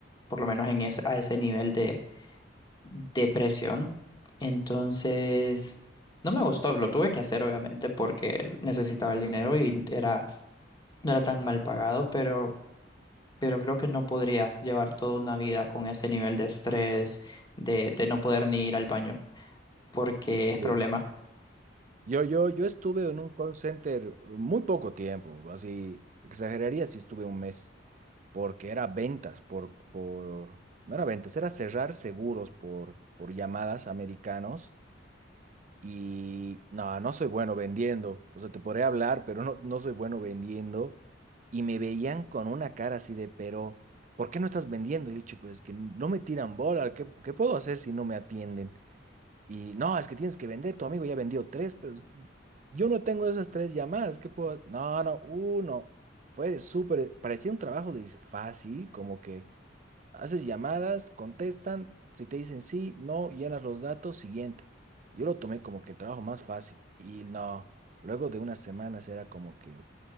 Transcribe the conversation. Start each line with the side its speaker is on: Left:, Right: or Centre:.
Left: por lo menos en ese, a ese nivel de depresión. Entonces, no me gustó, lo tuve que hacer obviamente porque necesitaba el dinero y era, no era tan mal pagado, pero pero creo que no podría llevar toda una vida con ese nivel de estrés, de, de no poder ni ir al baño, porque
Right: Sí.
Left: es problema.
Right: Yo, yo, yo estuve en un call center muy poco tiempo, así, exageraría si estuve un mes, porque era ventas por, por, no era ventas, era cerrar seguros por, por llamadas americanos Y no, no soy bueno vendiendo. O sea, te podría hablar, pero no, no soy bueno vendiendo. Y me veían con una cara así de, pero, ¿por qué no estás vendiendo? Y yo, "Che, pues es que no me tiran bola. ¿Qué, qué puedo hacer si no me atienden? Y no, es que tienes que vender. Tu amigo ya vendió tres, pero yo no tengo esas tres llamadas. ¿Qué puedo? ha-?". No, no, uno. Fue súper, parecía un trabajo de fácil, como que Haces llamadas, contestan, si te dicen sí, no, llenas los datos, siguiente. Yo lo tomé como que el trabajo más fácil y no, luego de unas semanas era como que